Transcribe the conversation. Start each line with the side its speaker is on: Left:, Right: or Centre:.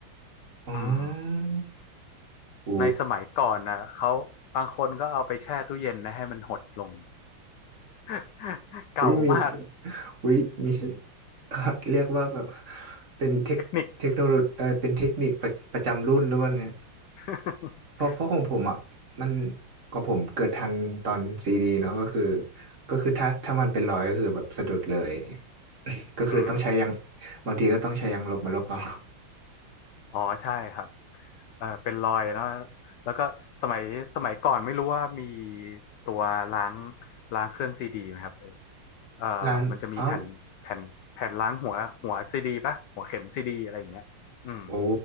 Right: อ๋อ
Left: อืม
Right: โห
Left: ในสมัยก่อนนะเขาบางคนก็เอาไปแช่ตู้เย็นนะให้มันหดลง <laughs> เก่ามาก
Right: อุ้ยมีอุ้ยมี <laughs> เรียกว่าแบบเป็นเทคเทคโนโลเออเป็นเทคนิคประประจำรุ่นหรือเปล่าเนี่ย
Left: เทคนิค <laughs>
Right: เพราะเพราะของผมอ่ะมันของผมเกิดทันตอนซีดีเนาะก็คือก็คือถ้าถ้ามันเป็นรอยก็คือแบบสะดุดเลย <laughs> ก็คือต้องใช้ยาง
Left: อืม
Right: บางทีก็ต้องใช้ยางลบมาลบเอา
Left: อ๋อใช่ครับเอ่อเป็นรอยเนอะแล้วก็สมัยสมัยก่อนไม่รู้ว่ามีตัวล้างล้างเครื่องซีดีไหมครับเอยเอ่อมันจะมีแผ่นแผ่นแผ่นล้างหัวหัวซีดีป่ะหัวเข็มซีดีอะไรอย่างเงี้ยอืม
Right: <laughs> ร้านอ๋อโอ้